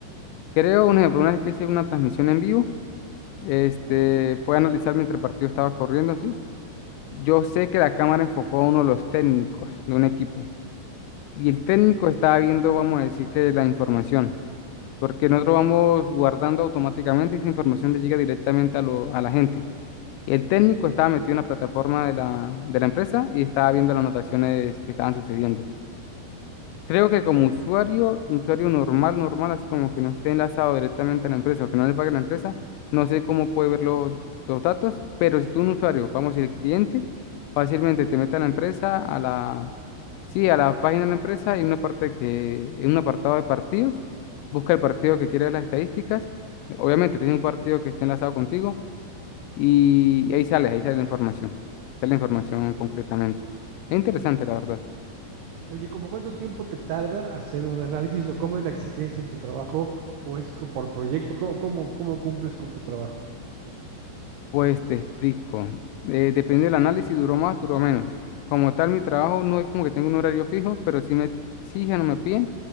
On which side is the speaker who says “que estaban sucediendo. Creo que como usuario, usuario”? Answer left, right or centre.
Left